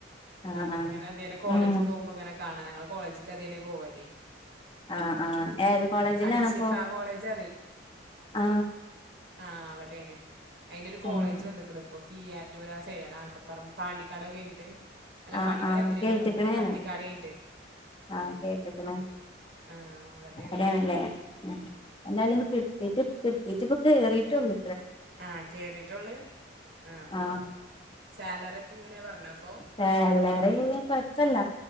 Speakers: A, on the left (about 25°); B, on the right (about 70°).
A: ആ ആ
B: ഇങ്ങനെ അതേലെ കോളേജിക്ക്
A: ഉം
B: പോകുമ്പോ ഇങ്ങനെ കാണാ ഞങ്ങള് കോളേജിക്ക് അതേെലെ പോവല്.
A: ആ ആ ഏത് കോളേജിലാണപ്പോ?
B: അൽഷിഫ കോളേജ്
A: ആ.
B: ആ അവിടെയാണ് അയിന്റെ ഒരു കോളേജ്
A: ആ
B: വന്ന്ക്കണ് ഇപ്പൊ. കീഴാറ്റൂർ ആ സൈഡ് ആണ്, ആക്കപ്പുറം പണ്ടിക്കാടൊക്കെ കഴിന്ട്ട്. അല്ല
A: ആ
B: പാണ്ടിക്കാട്
A: ആ
B: എത്ത്ണേന്റെ
A: കേട്ടക്കണേണ്
B: മുമ്പേ, പട്ടിക്കാടേയ്ഞ്ഞിട്ട്.
A: ആ കേട്ട്ക്ക്ണ്
B: ആഹ് അവടെയാണ്.
A: അവിടെയാണ്ലെ ഉം എന്താലും <unintelligible> ഇപ്പോ കയറിയിട്ടൊള്ളൂ.
B: ആ കേറിട്ടൊള്ള് ആ
A: ആഹ്
B: ആ സാലറി ഒക്കെ എങ്ങനെയ പറഞ്ഞോപ്പോ?
A: സാലറി കൊഴപ്പല്ല